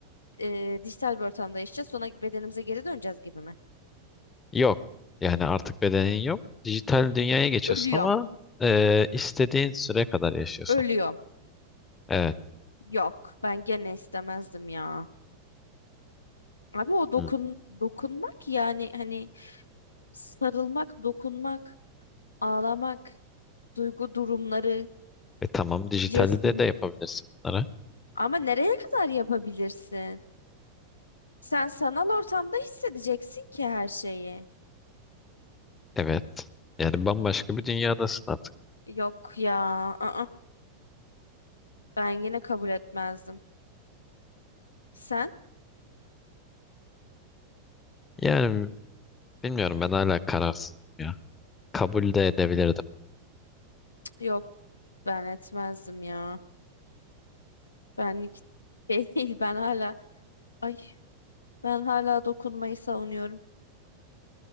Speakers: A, on the left; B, on the left.
A: e, dijital bir ortamda yaşayacağız. Sonra bedenimize geri döneceğiz gibi mi?
B: Yok. Yani artık bedenin yok. Dijital dünyaya geçiyorsun
A: Ölüyorum.
B: ama e, istediğin süre kadar yaşıyorsun.
A: Ölüyorum.
B: Evet.
A: Yok. Ben gene istemezdim ya. Abi o dokun
B: Hı.
A: dokunmak yani hani Sarılmak, dokunmak, ağlamak, duygu durumları,
B: E tamam dijitalde
A: jest.
B: de yapabilirsin bunları.
A: Ama nereye kadar yapabilirsin? Sen sanal ortamda hissedeceksin ki her şeyi.
B: Evet. Yani bambaşka bir dünyadasın artık.
A: Yok ya. Aa, ben yine kabul etmezdim. Sen?
B: Yani bilmiyorum ben hala kararsızım ya. Kabul de edebilirdim.
A: Cık, Yok ben etmezdim ya. Benlik <laughs> şey değil. Ben hala ay ben hala dokunmayı savunuyorum.